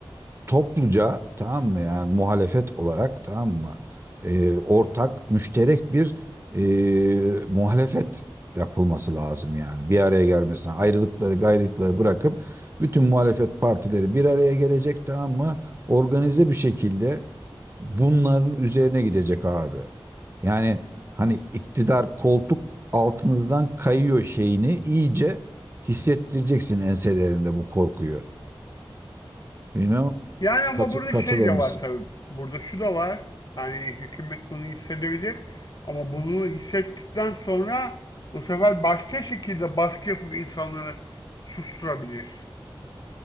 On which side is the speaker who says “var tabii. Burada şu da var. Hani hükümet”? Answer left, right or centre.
Left